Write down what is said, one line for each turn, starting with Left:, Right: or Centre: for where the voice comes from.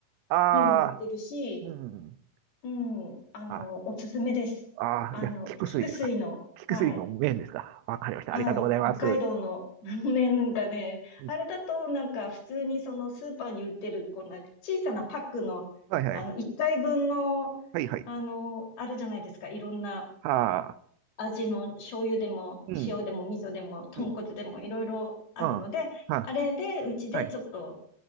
Right: あ
Left: にも売ってるし、
Right: あ、うん。
Left: うん、あの、
Right: あ、
Left: おすすめです。
Right: ああじゃあ、
Left: あの、
Right: 菊水ですか。
Left: 菊水の、
Right: 菊水の麺ですか。
Left: はい。
Right: わかりました。
Left: はい、
Right: ありがとうございます。
Left: 北海道の <laughs> 麺がね、
Right: うん
Left: あれだとなんか普通にそのスーパーに売ってるこんな小さなパックの、
Right: はい、はい。
Left: あの1回分の、
Right: はい、はい。
Left: あの、あるじゃないですか、いろんな
Right: はあ。
Left: 味の醤油でも塩でも味噌でも豚骨でもいろいろあるので、
Right: うん。うん。うん。は、
Left: あれでうちでちょっと
Right: はい。